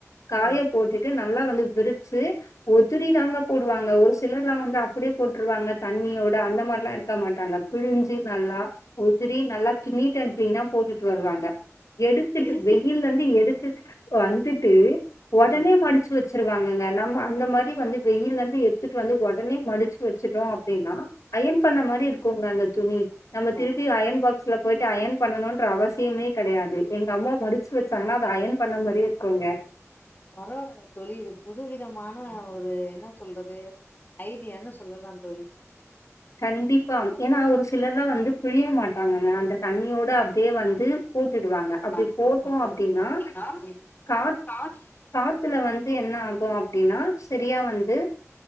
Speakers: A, on the left; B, on the left.
A: காய
B: ம்
A: போட்டுட்டு நல்லா வந்து விரு சு ஒதுரிதாங்க போடுவாங்க ஒரு சிலர் எல்லாம் வந்து அப்டியே போட்டுருவாங்க தண்ணியோட அந்த மாரிலா இருக்க மாட்டாங்க பிழிஞ்சு நல்லா நல்லா நீட் அன் கிளீனா போட்டுட்டு வருவாங்க எடுத்துட்டு
B: எடுத்து
A: வெயில்ல இருந்து எடுத் வந்துட்டு ஒடனே
B: ம்
A: மடிச்சு வச் வச்சிருவாங்கங்க நம்ம அந்த மாரி வந்து வெயில்லேருந்து எத்துட்டு வந்து ஒடனே மடிச்சு வச்சுட்டோம் அப்டின்னா அயன் பண்ண மாரி இருக்குங்க அந்த துணி நம்ம
B: ஓ
A: திருப் பி அயன் பாக்ஸ்ல போயிட்டு அயன் பண்ணணுன்ற அவசியமே கெடையாது எங்க அம்மா மடிச்சு வச்சாங்கன்னா அது அயன் பண்ண மரியே இருக்குங்க
B: பரவால்ல தோழி இது புது விதமான ஒரு என்ன சொல்றது ஐடியான்னு சொல்லலா தோழி
A: கண்டிப்பா ஏன்னா ஒரு சிலர் எல்லா வந்து புழிய மாட்டாங்கங்க அந்த தண்ணியோட அப்டியே வந்து போட்டுடுவாங்க அப்படி
B: ஆமா
A: போட்டோம்
B: தோழி
A: அப்டின்னா
B: அப்டின்னா
A: காத்
B: காசு
A: காத்துல வந்து என்ன ஆகும் அப்டின்னா செரியா வந்து